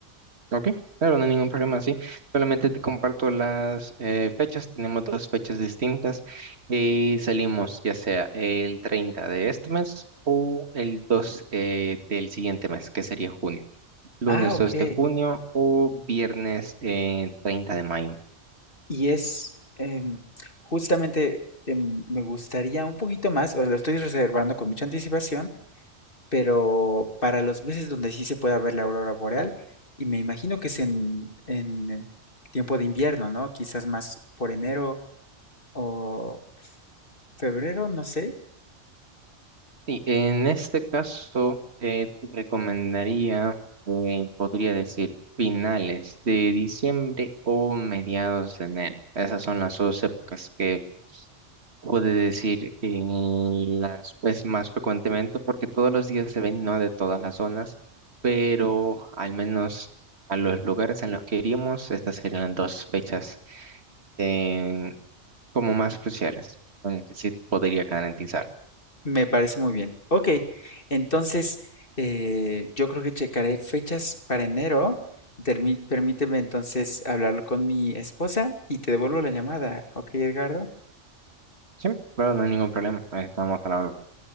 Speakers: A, on the right; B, on the left.
A: Ok, claro, no hay ningún problema, sí. Solamente te comparto las eh, fechas. Tenemos dos fechas distintas y salimos ya sea el 30 de este mes o el 2 eh, del siguiente mes, que sería junio. Lunes
B: Ah, ok.
A: 2 de junio o viernes eh, 30 de mayo.
B: Y es em, justamente em, me gustaría un poquito más, o lo estoy reservando con mucha anticipación, pero para los meses donde sí se pueda ver la aurora boreal, y me imagino que es en, en tiempo de invierno, ¿no? Quizás más por enero o febrero, no sé.
A: Sí, en este caso, eh, te recomendaría, eh, podría decir, finales de diciembre o mediados de enero. Esas son las dos épocas que puede decir que las pues más frecuentemente porque todos los días se ven no de todas las zonas, pero al menos a los lugares en los que iríamos, estas serían las dos fechas eh, como más cruciales, con las que sí podría garantizar.
B: Me parece muy bien. Ok, entonces eh, yo creo que checaré fechas para enero. Termi- permíteme entonces hablarlo con mi esposa y te devuelvo la llamada. Ok, Edgardo.
A: Sí, claro, no hay ningún problema. Ahí Estamos a la hora.